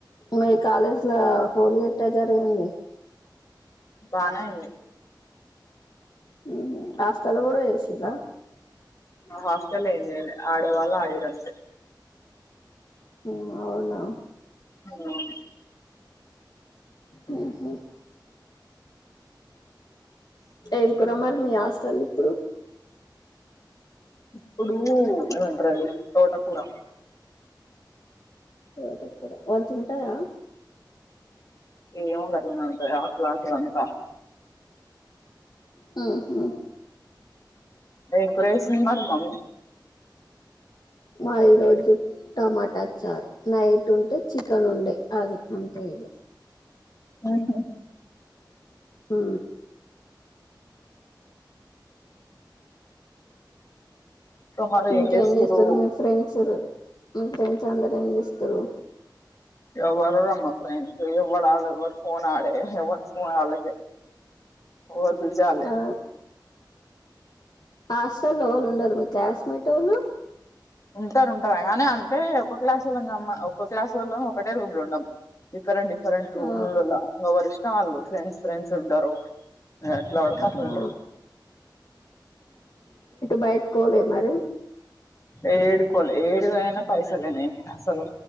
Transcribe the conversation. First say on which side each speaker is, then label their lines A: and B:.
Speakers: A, on the left; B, on the left.
A: మీ కాలేజీ లో హోలీ ఎట్టా జరిగింది
B: బానే ఐంది
A: మ్మ్ హాస్టల్ లో కూడా చేసిర్ర
B: హాస్టెల్ ఏం చెయ్యలే ఆడే వాళ్ళు ఆడిరంతే
A: మ్మ్ అవునా
B: అవును
A: మ్మ్ హ్మ్ ఏం కూర మరి మీ హాస్టలో ఇప్పుడు
B: ఇప్పుడూ ఏమంటారు అది తోట కూర
A: తోట కూర మంచిగుంటదా
B: ఏ గట్లనే ఉంటది ఆకులు ఆకులు అంతా
A: మ్మ్ హ్మ్
B: ఏం కూర చేసింది మరి మీ మమ్మీ
A: ఆ ఈ రోజు టమాటా చార్ నైట్ ఉంటే చికెన్ ఉండే అది అంతే ఇగ
B: ఓహొ
A: ఊ
B: ఇంకా మరి
A: ఇంకేం
B: ఏం చేస్తుర్రు
A: చేస్తారు మీ ఫ్రెండ్స్ మీ ఫ్రెండ్స్ అందరూ ఏంచేస్తరు
B: ఎవ్వరు మా ఫ్రెండ్స్ ఏ ఎవ్వడు ఆల ఎవ్వల్ ఫోన్ ఆడే ఎవన్ ఫోన్ ఆలకే ఎవరి బీసీ వాళ్లే
A: ఆ హాస్టల్ లో ఓళ్ళు ఉండరు మీ క్లాస్ ఉండేటోలు
B: ఉంటారు కానీ అంటే ఒక్క క్లాస్ వొళ్లం కామ ఒక్క క్లాస్ వొళ్లం ఒకటే రూమ్ లుండం డిఫరెంట్ డిఫ్ రెంట్ రూమ్
A: ఆ
B: లున్న ఎవరి ఇస్ వాళ్ళు ఫ్రెండ్స్ ఫ్రెండ్స్ ఉంటరూ నేను ఎట్లా ఆడితే అట్లా
A: ఆ
B: ఇంటరు
A: బయట్కోవలే మరి
B: ఏడ్కోలే ఏడుగానా పైసలేనే స్వలు